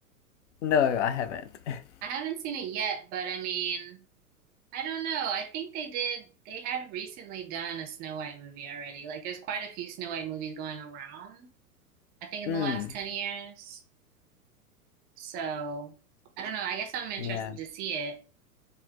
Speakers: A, on the left (about 50°); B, on the right (about 20°).
A: No, I haven't. <laughs>
B: I haven't seen it yet, but I mean, I don't know. I think they did they had recently done a Snow White movie already. Like there's quite a few Snow White movies going around, I think in
A: Mm,
B: the last 10 years. So I don't know. I guess I'm interested
A: yeah.
B: to see it.